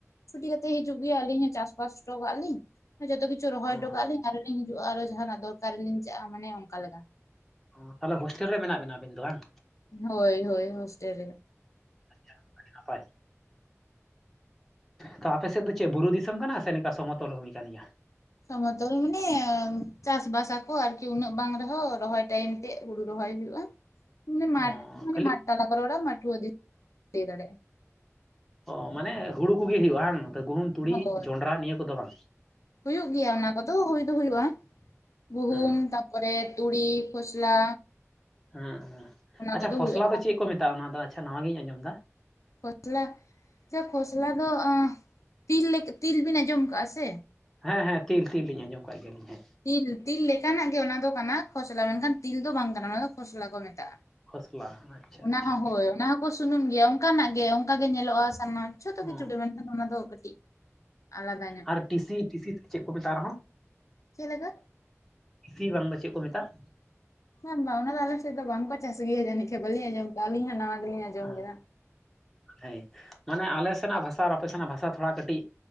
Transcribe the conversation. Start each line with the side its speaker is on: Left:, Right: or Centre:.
Left: ᱪᱷᱩᱴᱤ ᱠᱟᱛᱮ ᱦᱤᱡᱩᱜ ᱜᱮᱭᱟ ᱟᱹᱞᱤᱧ ᱦᱚᱸ ᱪᱟᱥᱵᱟᱥ ᱦᱚᱴᱚ ᱠᱟᱜ ᱞᱤᱧ ᱡᱚᱛᱚ ᱠᱤᱪᱷᱩ ᱨᱚᱦᱚᱭ
Centre: ᱦᱩᱸ
Left: ᱦᱚᱴᱚᱟᱜᱼᱟᱤᱧ ᱟᱨ ᱞᱤᱧ ᱦᱤᱡᱩᱜᱼᱟ ᱟᱨᱚ ᱡᱟᱦᱟᱱᱟᱜ ᱫᱚᱨᱠᱟᱨ ᱨᱮ ᱞᱤᱧ ᱪᱟᱜᱼᱟ ᱢᱟᱱᱮ ᱚᱱᱠᱟᱮ ᱞᱮᱠᱟ᱾
Centre: ᱚ ᱛᱟᱦᱚᱞᱮ ᱦᱳᱥᱴᱮᱞ ᱨᱮ ᱢᱮᱱᱟᱜ ᱵᱤᱱᱟ ᱟᱵᱮᱱ ᱫᱚ ᱵᱟᱝ?
Left: ᱦᱳᱭ ᱦᱳᱭ ᱦᱳᱥᱴᱮᱞ ᱨᱮᱜᱮ᱾
Centre: <inaudible> ᱱᱟᱯᱟᱭ ᱛᱚ ᱟᱯᱮ ᱥᱮᱫ ᱫᱚ ᱪᱮᱫ ᱵᱩᱨᱩ ᱫᱤᱥᱚᱢ ᱠᱟᱱᱟ ᱥᱮ ᱱᱤᱝᱠᱟ ᱥᱚᱢᱚᱛᱚᱞ ᱵᱷᱩᱢᱤ ᱠᱟᱱ ᱜᱮᱭᱟ᱾
Left: ᱥᱚᱢᱚᱛᱚᱞ ᱢᱟᱱᱮ ᱪᱟᱥ ᱵᱟᱥᱟᱠᱚ ᱟᱨᱠᱤ ᱩᱱᱟᱹᱜ ᱵᱟᱝ ᱨᱮᱦᱚᱸ ᱨᱚᱦᱚᱭ ᱴᱟᱭᱤᱢ ᱛᱮ ᱦᱩᱲᱩ ᱨᱚᱦᱚᱭ ᱚᱭ ᱦᱩᱭᱩᱜᱼᱟ ᱢᱟᱱᱮ ᱢᱟᱴ
Centre: ᱚ ᱠᱷᱟᱹᱞᱤ
Left: ᱢᱟᱴᱷ ᱛᱟᱞᱟ ᱠᱚᱨᱮ ᱨᱚᱲᱼᱟ ᱢᱟᱴᱷᱩᱟ ᱫᱤ ᱞᱟᱹᱭ ᱫᱟᱲᱮᱭᱟᱜᱼᱟ
Centre: ᱚ ᱢᱟᱱᱮ ᱦᱩᱲᱩ ᱠᱚᱜᱮ ᱦᱩᱭᱩᱜᱼᱟ ᱵᱟᱝ ᱜᱩᱦᱩᱢ ᱛᱩᱲᱤ
Left: ᱦᱳᱭ
Centre: ᱡᱚᱱᱰᱨᱟ ᱱᱤᱭᱟᱹ ᱠᱚᱫᱚ ᱵᱟᱝ?
Left: ᱦᱩᱭᱩᱜ ᱜᱮᱭᱟ ᱚᱱᱟ ᱠᱚᱫᱚ ᱦᱩᱭ ᱦᱩᱭᱩᱜᱼᱟ ᱜᱩᱦᱩᱢ
Centre: ᱦᱮᱸ
Left: ᱛᱟᱨᱯᱚᱨᱮ ᱛᱩᱲᱤ ᱠᱷᱚᱥᱞᱟ
Centre: ᱦᱮᱸ
Left: ᱚᱱᱟ
Centre: ᱟᱪᱷᱟ
Left: ᱠᱚᱫᱚ
Centre: ᱯᱷᱚᱥᱞᱟ
Left: ᱦᱩᱭᱩᱜᱼᱟ
Centre: ᱫᱚ ᱪᱮᱫ ᱠᱚ ᱢᱮᱛᱟᱜᱼᱟ ᱚᱱᱟ ᱫᱚ ᱟᱪᱷᱟ ᱱᱚᱣᱟᱜᱤᱧ ᱟᱸᱡᱚᱢ ᱫᱟ?
Left: ᱠᱷᱚᱥᱞᱟ ᱠᱷᱚᱥᱞᱟ ᱫᱚ ᱟᱸ ᱛᱤᱞ ᱞᱮᱠᱟ ᱛᱤᱞ ᱵᱤᱱ ᱟᱸᱡᱚᱢ ᱠᱟᱜᱼᱟ ᱥᱮ?
Centre: ᱦᱮᱸ ᱦᱮᱸ ᱛᱤᱞ ᱛᱤᱞ ᱞᱤᱧ ᱟᱸᱚᱢ ᱠᱟᱜ ᱜᱮᱭᱟᱞᱤᱧ ᱦᱮᱸ᱾
Left: ᱛᱤᱞ ᱛᱤᱞ ᱞᱮᱠᱟᱱᱟᱜ ᱜᱮ ᱚᱱᱟ ᱫᱚ ᱠᱟᱱᱟ ᱠᱷᱚᱥᱞᱟ ᱢᱮᱱᱠᱷᱟᱱ ᱛᱤᱞ ᱫᱚ ᱵᱟᱝ ᱠᱟᱱᱟ ᱚᱱᱟ ᱫᱚ᱾ ᱠᱷᱚᱥᱞᱟ ᱠᱚ ᱢᱮᱛᱟᱜᱼᱟ
Centre: ᱠᱷᱚᱥᱞᱟ ᱟᱪᱪᱷᱟ
Left: ᱚᱱᱟ
Centre: ᱟᱪᱪᱷᱟ
Left: ᱦᱚᱸ ᱦᱳᱭ ᱚᱱᱟ ᱦᱚᱸᱠᱚ ᱥᱩᱱᱩᱢ ᱜᱮᱭᱟ ᱚᱱᱠᱟᱱᱟᱜ ᱜᱮ ᱚᱱᱠᱟᱜ ᱜᱮ ᱧᱮᱞᱚᱜᱼᱟ ᱥᱟᱱᱟᱢ ᱡᱷᱚᱛᱚ ᱠᱤᱪᱷᱩ
Centre: ᱚ
Left: ᱜᱮ ᱢᱮᱱᱠᱷᱟᱱ ᱚᱱᱟ ᱫᱚ ᱠᱟᱹᱴᱤᱡ ᱟᱞᱟᱫᱟ ᱧᱚᱜ
Centre: ᱟᱨ ᱴᱤᱥᱤ ᱴᱤᱥᱤ ᱪᱮᱫ ᱠᱚ ᱢᱮᱛᱟᱜ ᱟᱨᱦᱚᱸ?
Left: ᱪᱮᱫ ᱞᱮᱠᱟ
Centre: <unintelligible> ᱵᱟᱝ ᱫᱚ ᱪᱮᱫ ᱠᱚ ᱢᱮᱛᱟᱜᱼᱟ
Left: ᱵᱟᱝ ᱵᱟᱝ ᱚᱱᱟ ᱫᱚ ᱟᱞᱮ ᱥᱮᱫ ᱫᱚ ᱵᱟᱝᱠᱚ ᱪᱟᱥ ᱜᱮᱭᱟ ᱡᱟᱹᱱᱤᱡ ᱠᱷᱟᱡ ᱵᱟᱹᱞᱤᱧ ᱟᱸᱡᱚᱢ ᱟᱹᱞᱤᱧ ᱦᱚᱸ ᱱᱟᱣᱟ ᱜᱮᱞᱤᱧ ᱟᱸᱡᱚᱢ
Centre: ᱦᱮᱸ
Left: ᱠᱮᱫᱟ
Centre: ᱦᱮᱸ ᱢᱟᱱᱮ ᱟᱞᱮ ᱥᱮᱱᱟᱜ ᱵᱷᱟᱥᱟ ᱟᱯᱮ ᱥᱮᱱᱟᱜ ᱵᱷᱟᱥᱟ ᱛᱷᱚᱲᱟ ᱠᱟᱹᱴᱤᱡ